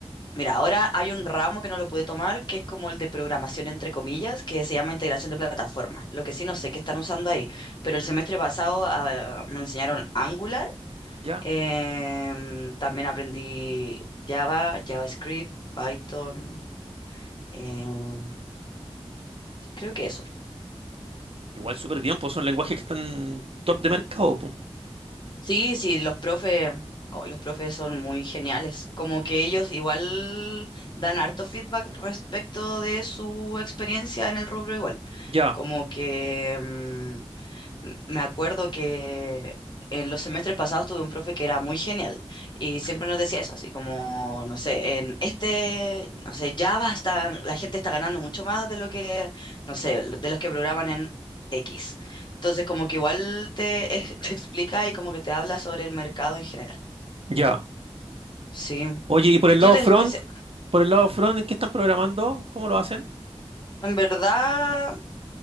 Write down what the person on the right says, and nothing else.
Ya.
Igual súper bien, pues son lenguajes que están top de mercado, pues.
Ya.
Ya.
Oye, y por
el
lado
front,
por el lado front, ¿en qué están programando? ¿Cómo lo hacen?